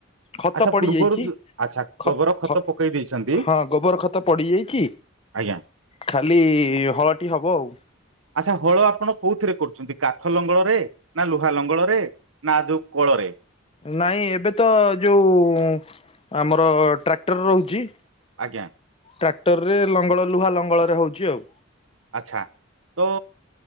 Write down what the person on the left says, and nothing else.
ଖତ
ପଡିଯାଇଛି
ଖ
ଖ
ହଁ ଗୋବର ଖତ ପଡିଯାଇଛି।
ଖାଲି ହଳଟି ହବ ଆଉ
ନାଇଁ ଏବେ ତ ଯୋଉଁ ଆମର ଟ୍ରାକ୍ଟର ରହୁଛି।
ଟ୍ରାକ୍ଟରରେ ଲଙ୍ଗଳ ଲୁହା ଲଙ୍ଗଳରେ ହଉଛି ଆଉ